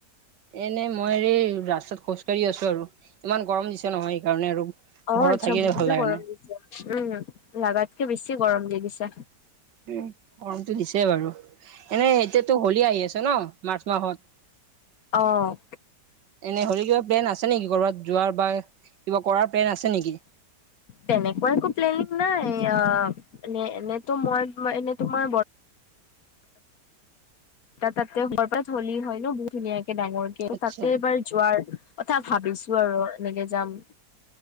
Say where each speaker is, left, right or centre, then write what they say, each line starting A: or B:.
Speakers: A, on the right (about 85°); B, on the left (about 60°).
A: এনে মই এই ৰাস্তাত খোজকাঢ়ি আছো আৰু ইমান গৰম দিছে নহয় সেইকাৰণে আৰু।
B: অ
A: ঘৰত
B: আচ্ছা
A: থাকিলে
B: বহুতে
A: ভাল লাগে
B: গৰম
A: নাই
B: উম, লাগাতকে বেছি গৰম দি দিছে।
A: উম, গৰমটো দিছে বাৰু এনেই এতিয়াতো হোলি আহি আছে ন মাৰ্চ মাহত।
B: অ',
A: এনেই হৰি কিবা প্লেন আছে নেকি ক'ৰবাত যোৱাৰ বা কিবা কৰাৰ প্লেন আছে নেকি?
B: তেনেকুৱা একো প্লেনিং নাই অ' এনেতো মই এনে তোমাৰ এটা তাতে হোলী হয় ন বহুত ধুনীয়াকে ডাঙৰ
A: আচ্ছা
B: তাতে এবাৰ যোৱাৰ ভাবিছো। আৰু এনেকে যাম